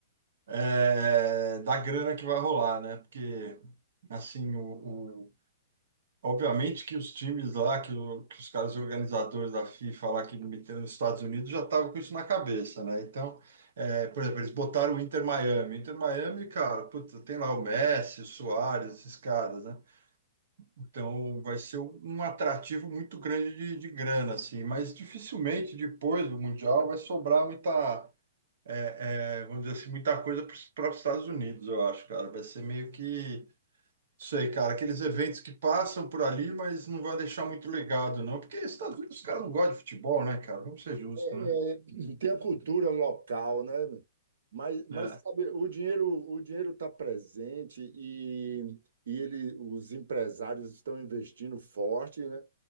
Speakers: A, on the right; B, on the right.
A: é, da grana que vai rolar, né? Porque, assim, o, o- Obviamente que os times lá, que, o- que os caras organizadores da FIFA lá que meteram nos Estados Unidos já estavam com isso na cabeça, né? Então, é, por exemplo, eles botaram o Inter Miami. Inter Miami, cara, puta, tem lá o Messi, o Suárez, esses caras, né? Então vai ser um um atrativo muito grande de, de grana, assim, mas dificilmente depois do Mundial vai sobrar muita, é, é, vamos dizer assim, muita coisa para os Estados Unidos, eu acho, cara. Vai ser meio que Sei, cara, aqueles eventos que passam por ali, mas não vai deixar muito legado, não. Porque Estados Unidos, os caras não gostam de futebol, né, cara? Vamos ser justos,
B: É,
A: né?
B: tem a cultura local, né? Mas, mas
A: É,
B: sabe, o dinheiro, o dinheiro está presente e, e ele, os empresários estão investindo forte, né?